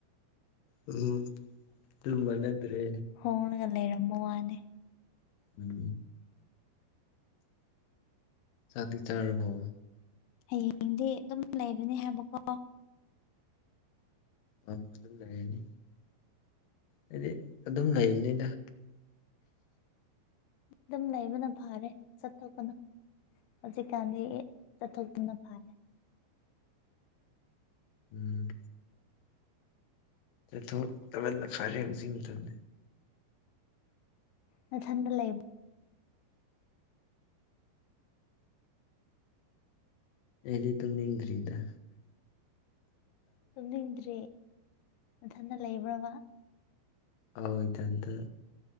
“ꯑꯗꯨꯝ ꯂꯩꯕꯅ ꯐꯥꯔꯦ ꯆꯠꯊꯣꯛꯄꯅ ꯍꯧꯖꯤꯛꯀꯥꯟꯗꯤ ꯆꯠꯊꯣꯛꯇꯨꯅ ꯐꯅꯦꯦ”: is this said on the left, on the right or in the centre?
Left